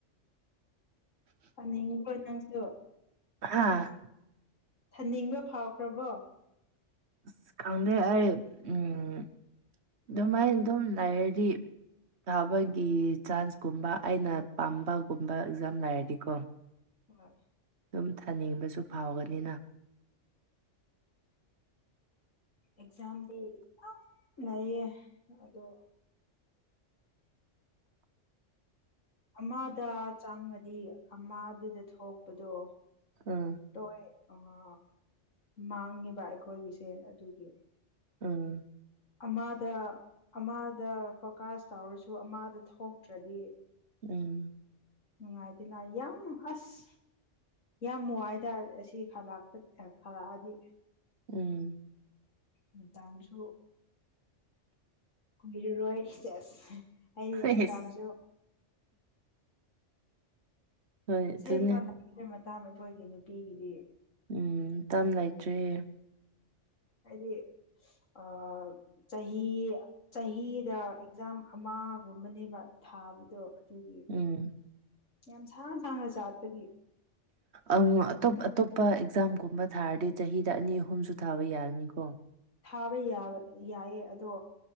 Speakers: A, on the left (about 85°); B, on the right (about 60°).
A: ꯊꯝꯅꯤꯡꯉꯤꯕꯣ ꯅꯪ ꯑꯗꯨ
B: ꯍꯥꯥ
A: ꯊꯝꯅꯤꯡꯕ ꯐꯥꯎꯈ꯭ꯔꯕꯣ
B: ꯑꯁ ꯈꯪꯗꯦ ꯑꯩ ꯎꯝ ꯑꯗꯨꯃꯥꯏꯅ ꯑꯗꯨꯝ ꯂꯩꯔꯗꯤ ꯊꯥꯕꯒꯤ ꯆꯥꯟꯁꯀꯨꯝꯕ ꯑꯩꯅ ꯄꯥꯝꯕꯒꯨꯝꯕ ꯑꯦꯛꯖꯥꯝ ꯂꯩꯔꯗꯤꯀꯣ
A: ꯍꯥꯏ
B: ꯑꯗꯨꯝ ꯊꯥꯅꯤꯡꯕꯁꯨ ꯐꯥꯎꯒꯅꯤꯅ
A: ꯑꯦꯛꯖꯥꯝꯗꯤ ꯂꯩꯌꯦ ꯑꯗꯣ ꯑꯃꯗ ꯆꯪꯉꯗꯤ ꯑꯃꯗꯨꯗ ꯊꯣꯛꯄꯗꯣ
B: ꯎꯝ
A: ꯇꯣꯏ ꯑꯃ ꯃꯥꯡꯉꯤꯕ ꯑꯩꯈꯣꯏꯒꯤꯁꯦ ꯑꯗꯨꯒꯤ
B: ꯎꯝ
A: ꯑꯃꯗ ꯑꯃꯗ ꯐꯣꯀꯥꯁ ꯇꯧꯔꯁꯨ ꯑꯃꯗ ꯊꯣꯛꯇ꯭ꯔꯗꯤ
B: ꯎꯝ
A: ꯅꯨꯡꯉꯥꯏꯗꯦꯅ ꯌꯥꯝ ꯑꯁ ꯌꯥꯝ ꯆꯥꯏꯗ ꯑꯁꯤ ꯈꯂꯛ ꯈꯂꯛꯑꯗꯤ
B: ꯎꯝ
A: ꯃꯇꯥꯡꯁꯨ ꯀꯨꯏꯔꯔꯣꯏ ꯏꯁꯦꯁ ꯑꯩ
B: ꯍꯩꯁ
A: ꯃꯇꯥꯝꯁꯨ
B: ꯍꯣꯏ
A: ꯑꯁꯦꯡꯕ
B: ꯑꯗꯨꯅꯦ
A: ꯂꯝꯁꯤ ꯃꯇꯥꯡ ꯑꯩꯈꯣꯏꯒꯤ ꯅꯨꯄꯤꯒꯤꯗꯤ
B: ꯎꯝ ꯃꯇꯝ ꯂꯩꯇ꯭ꯔꯦ
A: ꯑꯩꯗꯤ ꯑ ꯆꯍꯤ ꯆꯍꯤꯗ ꯑꯦꯛꯖꯥꯝ ꯑꯃꯒꯨꯝꯕꯅꯦꯕ ꯊꯥꯕꯗꯣ ꯑꯗꯨꯒꯤ
B: ꯎꯝ
A: ꯌꯥꯝ ꯁꯥꯡ ꯁꯥꯡꯅ ꯆꯥꯠꯄꯒꯤ
B: ꯑꯪ ꯑꯇꯣꯞ ꯑꯇꯣꯞꯄ ꯑꯦꯛꯖꯥꯝꯒꯨꯝꯕ ꯊꯥꯔꯗꯤ ꯆꯍꯤꯗ ꯑꯅꯤ ꯑꯍꯨꯝꯁꯨ ꯊꯥꯕ ꯌꯥꯔꯅꯤꯀꯣ
A: ꯊꯥꯕ ꯌꯥꯕ ꯌꯥꯏꯌꯦ ꯑꯗꯣ